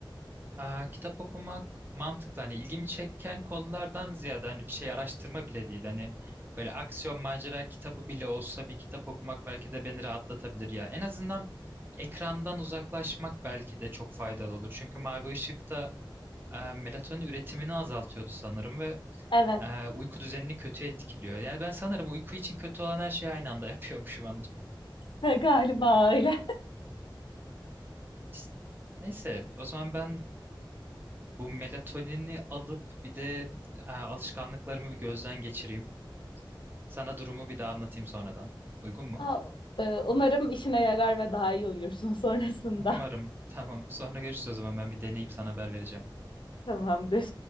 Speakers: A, on the right; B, on the left.
A: Aa, kitap okumak mantıklı. Hani ilgimi çeken konulardan ziyade hani bir şey araştırma bile değil. Hani böyle aksiyon macera kitabı bile olsa bir kitap okumak belki de beni rahatlatabilir ya. En azından ekrandan uzaklaşmak belki de çok faydalı olur. Çünkü mavi ışıkta melatonin üretimini azaltıyordu sanırım ve
B: Evet,
A: e, uyku düzenini kötü etkiliyor. Yani ben sanırım uyku için kötü olan her şeyi aynı anda <laughs> yapıyormuşum
B: <laughs> galiba öyle.
A: İşte, Neyse o zaman ben bu melatonini alıp bir de e, alışkanlıklarımı bir gözden geçireyim. Sana durumu bir daha anlatayım sonradan. Uygun mu?
B: Aa, e, umarım işine yarar ve daha iyi uyursun sonrasında.
A: <laughs> Umarım. Tamam. Sonra görüşürüz o zaman. Ben bir deneyip sana haber vereceğim.
B: <laughs> Tamamdır.